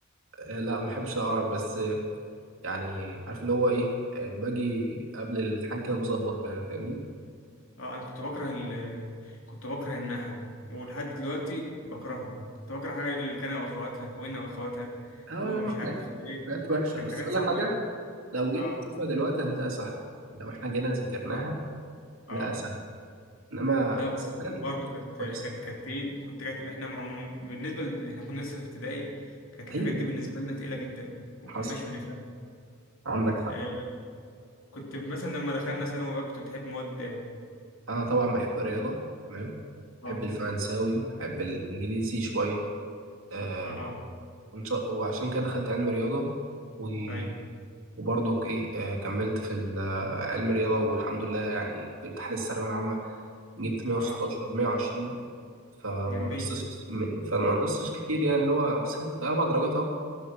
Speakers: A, on the right; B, on the left.
A: آه، لا ما بحبش العربي بس آه، يعني عارف اللي هو ايه آه، باجي قبل الامتحان كده بظبطه يعني فاهمني
B: اه انا كنت بكره ال كنت بكره النحو ولحد دلوقتي بكرهه كنت بكره حاجه اللي كان واخواتها وانا واخواتها
A: اه يا
B: ومش
A: عم
B: عارف
A: حاجات
B: ايه
A: حاجات وحشه
B: كانت
A: بس
B: حاجات
A: ولا
B: صعبه
A: حاجه
B: أوي.
A: لو جيت
B: اه
A: تشوفها دلوقتي هتلاقيها سهله يعني لو احنا جينا ذاكرناها
B: اه
A: هنلاقيها سهله انما
B: لا
A: زمان
B: بس برضه كانت
A: كويس
B: كانت كانت تقيل كنت كانت احنا عمو- بالنسبه ل- احنا كنا لسه في ابتدائي كانت الحاجات
A: ايوه
B: دي بالنسبه لنا تقيله جدا وكناش
A: حصل
B: بنفهم
A: عندك حق
B: آه كنت مثلا لما دخلنا ثانوي بقى كنت بتحب مواد ايه
A: انا طبعا بحب الرياضه تمام
B: اه
A: بحب الفرنساوي بحب الإنجليزي شوية آه
B: اه
A: وإن شاء- وعشان كده دخلت علم رياضة و...
B: ايوه
A: وبرضه إيه آه كملت في ال- آه، علم رياضة والحمد لله يعني في امتحان الثانوية العامة جبت 116
B: اه
A: 120 فما
B: جميل
A: نقصتش فما نقصتش كتير يعني اللي هو ست أربع درجات أهو